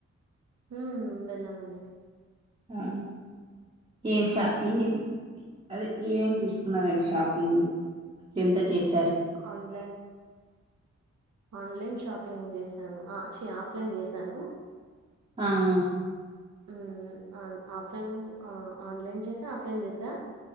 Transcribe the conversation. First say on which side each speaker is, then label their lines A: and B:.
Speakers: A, on the right (about 70°); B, on the right (about 25°).
A: ఉమ్ వెెళ్ళామండి
B: ఆ ఏం షా ఏం అదే ఏమేం తీసుకున్నరండి షాపింగ్ ఎంత చేస్
A: ఆన్లైన్ ఆన్లైన్ షాపింగ్ జేసాను ఆ చీ ఆఫ్లైన్ చేసాను
B: ఆహ
A: ఉమ్ ఉమ్ ఆన్ ఆఫ్లైన్ క్ ఆ ఆన్లైన్ చేసా ఆఫ్లైన్ చేసా